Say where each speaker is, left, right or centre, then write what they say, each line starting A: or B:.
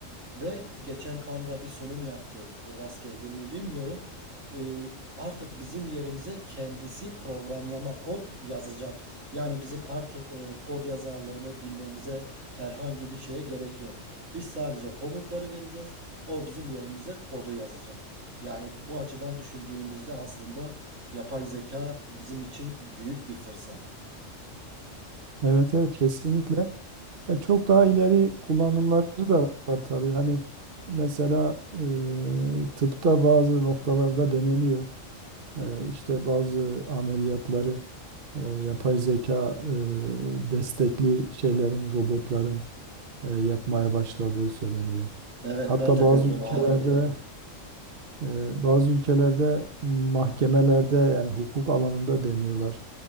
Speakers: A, on the right; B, on the right.
A: Ve geçen Canva bir sunum yaptı. Rast geldin mi bilmiyorum. Ee, artık bizim yerimize kendisi programlama kod yazacak. Yani bizim artık e, kod yazarlığını bilmemize herhangi bir şeye gerek yok. Biz sadece komutları vereceğiz. O bizim yerimize kodu yazacak. Yani bu açıdan düşündüğümüzde aslında yapay zeka bizim için büyük bir fırsat.
B: evet evet kesinlikle E, çok daha ileri kullanımları da var tabii. Hani mesela e, tıpta bazı noktalarda deneniyor. Eee, işte bazı ameliyatları eee, yapay zeka eee, destekli şeylerin, robotların eee, yapmaya başladığı söyleniyor.
A: Evet
B: Hatta
A: ben de
B: bazı
A: gördüm
B: ülkelerde
A: o haberleri.
B: Eee, bazı ülkelerde mahkemelerde yani hukuk alanında deniyorlar.